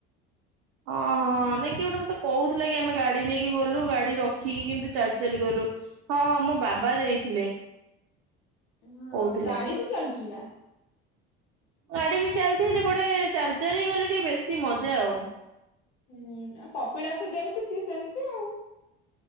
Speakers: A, on the right; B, on the left.
A: ହଁ- ହଁ ନାଇଁ କିଏ ଗୋଟେ ମତେ କହୁଥିଲା କି ଆମେ ଗାଡି ନେଇକି ଗଲୁ, ଗାଡି ରଖିକି କିନ୍ତୁ ଚାଲି ଚାଲି ଗଲୁ। ହଁ ମୋ ବାବା ଯାଇଥିଲେ।
B: ହଁ
A: କହୁଥିଲେ।
B: ଗାଡି ବି ଚାଲୁଚି ବା।
A: ଗାଡି ବି ଚାଲିଛି, ହେଲେ ଗୋଟେ ଚାଲି ଚାଲିଗଲେ ଟିକେ ବେଶି ମଜା ଆଉ।
B: ହୁଁ ଆଉ କପିଳାସ ଯେମିତି ସିଏ ସେମିତି ଆଉ